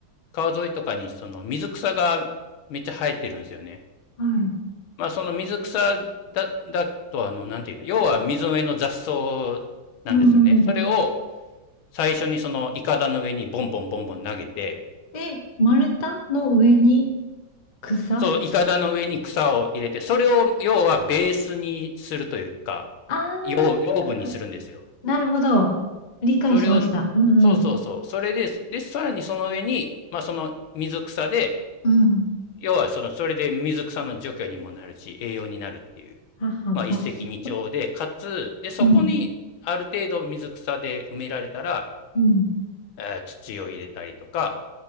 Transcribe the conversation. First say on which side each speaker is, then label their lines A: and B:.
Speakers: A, on the left; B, on the left.
A: 川沿いとかに、その水草がめっちゃ生えてるんですよね。
B: はい。
A: まあ、その水草だ、だと、あの、なんていうの、要は水の上の雑草なんですよね。
B: うん、
A: それを、
B: うん。
A: 最初にそのイカダの上にボンボンボンボン投げて、
B: で、丸太の上に草。
A: そう、イカダの上に草を入れて、それを要はベースにするというか、
B: あー、
A: 養養分にするんですよ。
B: なるほど。理解しました。
A: それを、
B: うんうん。
A: そうそうそう。それで、で、さらにその上に、まあその水草で、
B: うん。
A: 要はその、それで水草の除去にもなるし、栄養になるっていう、
B: 母、
A: まあ一石二鳥で、
B: 雑草。
A: かつ、で、そこにある程度水草で埋められたら、
B: うん。うん。
A: えー土を入れたりとか、